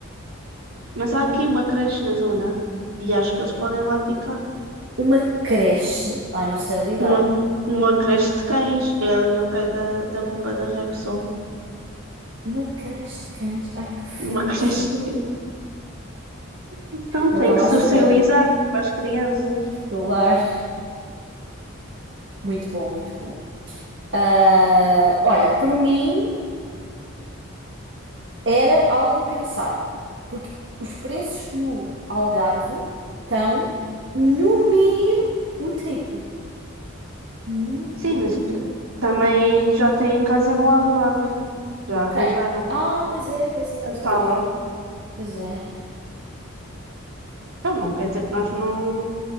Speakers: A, on the right; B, on the right.
A: Mas há aqui uma creche na zona e acho que eles podem lá ficar.
B: Uma creche. Ai, não sei lidar.
A: Uma, uma creche de cães é ali ao pé da, da bomba da Repsol.
B: Uma creche de cães. Ai, que fancy.
A: Uma creche. <laughs> Então tem
B: Não estava
A: que
B: à
A: socializar
B: espera.
A: com as crianças.
B: Que lar. Muito bom, muito bom. Ah, olha, por mim. Era algo a pensar, porque os preços no Algarve estão, no mínimo, o triplo. No
A: Sim, mas
B: mínimo.
A: também já tem em casa no Algarve. Já arranjaram
B: Quem? Ah, pois é, pois é,
A: a
B: pois
A: pala.
B: é. Então, por- pois é.
A: Então não quer dizer que nós não,